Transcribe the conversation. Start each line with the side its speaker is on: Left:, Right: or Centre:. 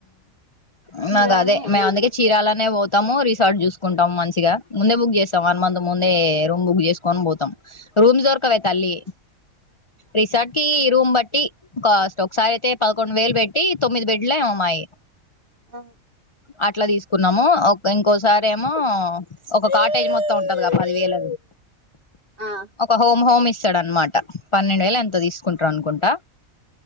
Left: ఉ
Right: చీరాలనే
Left: నాకు అదే మేము
Right: ఆడినం
Left: అందుకే
Right: ఎక్కువ
Left: చీరాలనే పో తము రిసార్ట్ జూసుకుంటము మంచిగా ముందే బుక్ చేస్తాం వన్ మంత్ ముందే రూమ్ బుక్ చేసుకోని పో రూమ్ దొర్కవే తల్లి
Right: ట్
Left: రిసార్ట్ కి ఇ రూమ్ బట్టి కాస్ట్ ఒకసారి అయితే పదకొండు వేలు పెట్టి తొమ్మిది బెడ్లొ ఏమో మ్మాయి
Right: ఆ
Left: అట్లా తీసుకున్నాము ఒక ఇంకోసారి ఏమో ఒక కాటేజ్ మొత్తం ఉంటది కద పది వేల
Right: ఆ
Left: ఒక హోమ్ హోమ్ ఇస్తాడు అనమాట పన్నెండు వేలొ ఎంతో తీసుకుంటారు అనుకుంటా